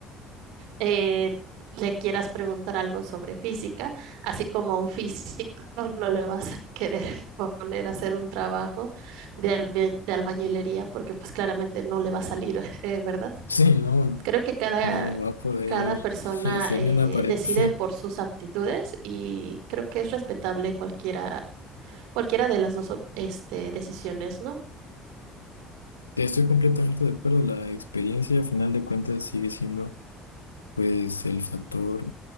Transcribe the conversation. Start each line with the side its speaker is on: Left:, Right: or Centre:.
Right: eh, le quieras preguntar algo sobre física, así como a un físico no le vas a querer <laughs> poner a hacer un trabajo de, albe- de albañilería porque pues claramente no le va a salir, <laughs> eh, ¿verdad?
Left: Sí, no,
Right: Creo que cada,
Left: no va a poder
Right: cada persona
Left: <laughs> hacer
Right: eh,
Left: ni una pared.
Right: decide
Left: <laughs>
Right: por sus aptitudes y creo que es respetable cualquiera, cualquiera de las dos op- este, decisiones, ¿no?
Left: Te Estoy completamente de acuerdo. La experiencia, a final de cuentas, sigue siendo, pues, el factor